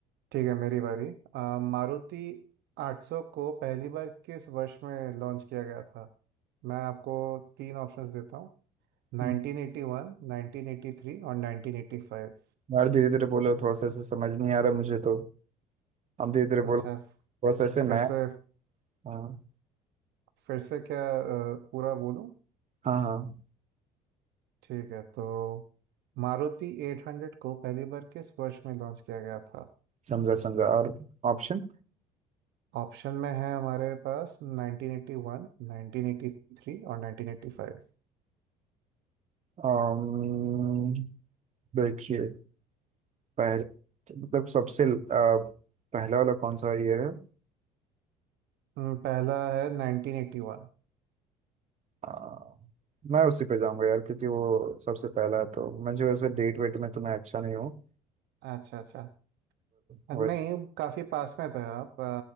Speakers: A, on the right; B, on the right.
A: ठीक है मेरी बारी अ, मारुति 800 को पहली बार किस वर्ष में लॉन्च किया गया था मैं आपको तीन ऑप्शंस देता हूँ 1981
B: हम्म,
A: 1983 और 1985
B: यार धीरे धीरे बोलो थोड़ा सा ऐसे समझ नहीं आ रहा मुझे तो आप धीरे धीरे
A: अच्छा
B: बोलो थोड़ा सा ऐसे
A: फिर
B: नया
A: से
B: हाँ
A: फिर से क्या अ, पूरा बोलूँ
B: हाँ हाँ
A: ठीक है तो मारुति 800 को पहली बार किस वर्ष में लॉन्च किया गया था
B: समझा समझा और ऑप्शन
A: ऑप्शन में है हमारे पास 1981 1983 और 1985
B: अम्म, देखिए पहल मतलब सबसे आ, पहला वाला कौन सा ईयर है
A: हम्म, पहला है 1981
B: आ, मैं उसी पे जाऊंगा यार क्योंकि वो सबसे पहला है तो मुझे वैसे डेट वेट में तो मैं अच्छा नहीं हूँ
A: अच्छा अच्छा
B: पर
A: नहीं काफी पास में थे आप